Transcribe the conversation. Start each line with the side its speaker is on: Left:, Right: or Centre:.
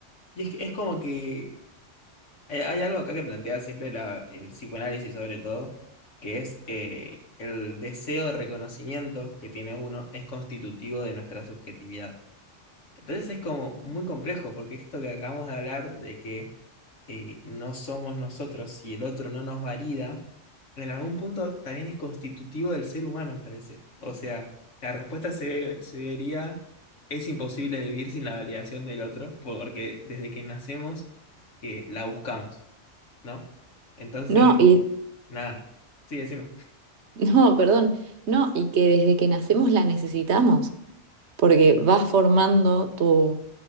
Left: Y es, es como que eh, hay algo acá que plantea siempre la- el psicoanálisis sobre todo, que es eh, el deseo de reconocimiento que tiene uno es constitutivo de nuestra subjetividad. Entonces es como muy complejo, porque esto que acabamos de hablar de que eh, no somos nosotros y el otro no nos valida, en algún punto también es constitutivo del ser humano, parece. O sea, la respuesta se, sería, es imposible vivir sin la validación del otro, porque desde que nacemos que la buscamos, ¿no? Entonces,
Right: No, y
Left: nada, sí, decime.
Right: <laughs> no, perdón, no, y que desde que nacemos la necesitamos, porque vas formando tu